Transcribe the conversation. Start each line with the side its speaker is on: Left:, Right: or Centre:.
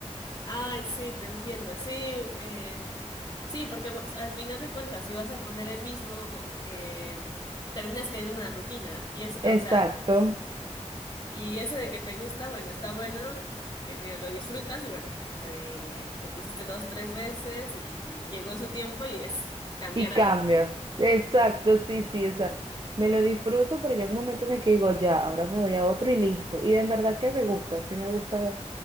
Left: Ay, sí, te entiendo. Sí, eh, sí, porque vos- al final de cuentas, si vas a poner el mismo, eh, terminas cayendo en una rutina. Y es, o
Right: Exacto.
Left: sea, y eso de que te gusta, bueno, está bueno, te entiendo, lo disfrutas y bueno, eh, lo pusiste dos, tres veces y llegó su tiempo y es cambiar
Right: Y cambia.
Left: a otro.
Right: Exacto, sí, sí. O sea, me lo disfruto, pero llega un momento en el que digo, ya, ahora me voy a otro y listo. Y en verdad que me gusta, sí me gusta